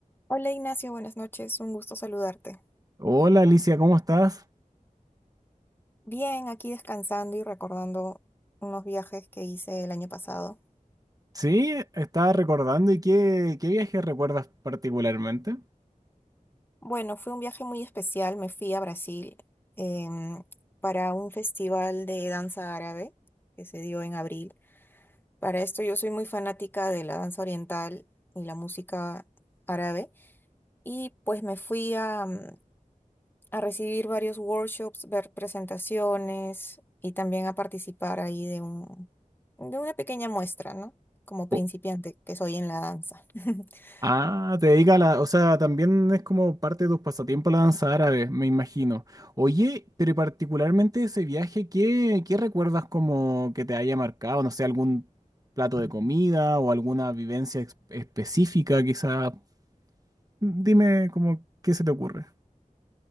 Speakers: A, on the left; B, on the right.
A: Hola Ignacio, buenas noches, un gusto saludarte.
B: Hola Alicia, ¿cómo estás?
A: Bien, aquí descansando y recordando unos viajes que hice el año pasado.
B: Sí, estaba recordando y qué, qué viaje recuerdas particularmente.
A: Bueno, fue un viaje muy especial, me fui a Brasil em, para un festival de danza árabe que se dio en abril. Para esto yo soy muy fanática de la danza oriental y la música árabe y pues me fui a, a recibir varios workshops, ver presentaciones y también a participar ahí de un, de una pequeña muestra, ¿no? Como principiante
B: O-
A: que soy en la danza. <laughs>
B: ah, te dedica a la, o sea, también es como parte de tus pasatiempos la danza árabe, me imagino. Oye, pero particularmente ese viaje, ¿qué, qué recuerdas como que te haya marcado? No sé, algún plato de comida o alguna vivencia ex- específica, quizá. Dime como qué se te ocurre.